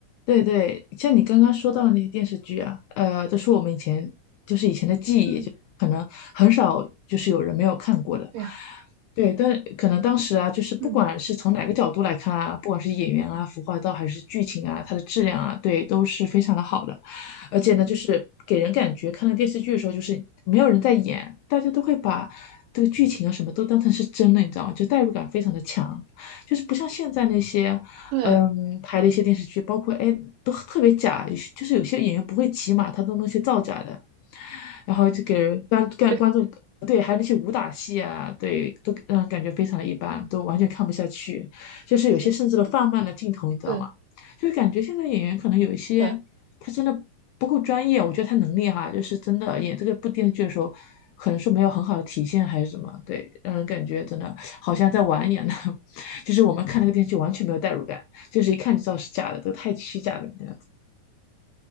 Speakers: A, on the left; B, on the right.
A: 对对，像你刚刚说到的那些电视剧啊，呃，都是我们以前就是以前的记忆，
B: 嗯，
A: 就可能很少就是有人没有看过的。
B: 对呀，
A: 对，但可能当时啊，就是不管是从哪个角度来看啊，
B: 嗯
A: 不管是演员啊、服化道还是剧情啊，它的质量啊，对，都是非常的好的。而且呢，
B: 嗯
A: 就是给人感觉看了电视剧的时候，
B: 嗯
A: 就是没有人在演，大家都会把这个剧情啊什么都当成是真的，你知道吗？就代入感非常的强。就是不像现在那些嗯，
B: 对
A: 拍的一些电视剧，包括哎，都特别假，有些就是有些演员不会骑马，他都弄些造假的，然后就给人观观观众对，
B: 对
A: 还有那些武打戏啊，对，都让人感觉非常的一般，
B: 嗯，
A: 都完全看不下去，就是有些甚至都放慢了镜头，
B: 是，
A: 你知道吗？
B: 对
A: 就是感觉现在演员可能有一些他真的不够专业，
B: 对。
A: 我觉得他能力哈，就是真的演这个部电视剧的时候，可能说没有很好的体现还是什么，对，让人感觉真的好像在玩一样的，<laughs> 就是我们看那个电视剧完全没有代入感。就是一看就知道是假的，都太虚假了，这样子